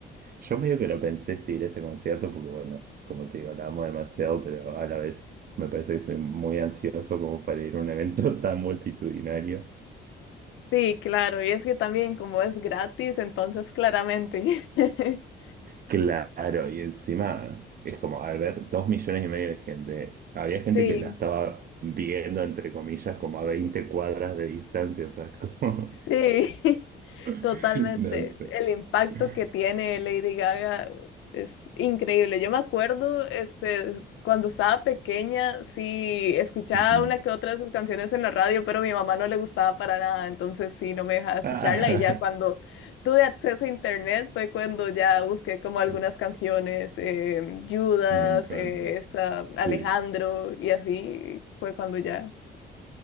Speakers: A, on the right (about 50°); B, on the left (about 85°).
A: Yo medio que lo pensé si ir a ese concierto, porque bueno, como te digo, la amo demasiado, pero a la vez me parece que soy muy ansioso como para ir a un evento <laughs> tan multitudinario.
B: sí, claro. Y es que también como es gratis, entonces claramente. <laughs>
A: Claro, y encima es como al ver dos millones y medio de gente, había gente
B: Sí.
A: que la estaba viendo, entre comillas, como a veinte cuadras de distancia, o sea, es como,
B: Sí, <laughs>
A: <laughs>
B: totalmente.
A: no sé.
B: El impacto
A: Ujú.
B: que tiene Lady Gaga es increíble. Yo me acuerdo, este, es- cuando estaba pequeña, sí, escuchaba
A: <laughs>
B: una que otra de sus canciones en la radio, pero a mi mamá no le gustaba para nada, entonces sí, no me dejaba escucharla.
A: Ah,
B: Y ya cuando tuve acceso a internet fue cuando ya busqué como algunas
A: <laughs>
B: canciones, eh, Judas,
A: me encanta.
B: eh, esta,
A: Sí.
B: Alejandro, y así fue cuando ya.